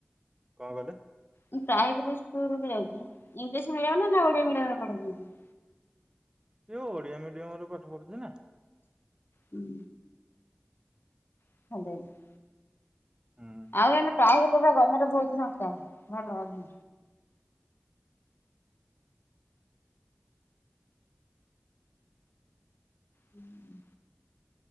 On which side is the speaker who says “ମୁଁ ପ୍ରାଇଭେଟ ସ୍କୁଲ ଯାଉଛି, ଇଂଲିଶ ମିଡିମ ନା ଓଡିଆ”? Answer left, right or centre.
Left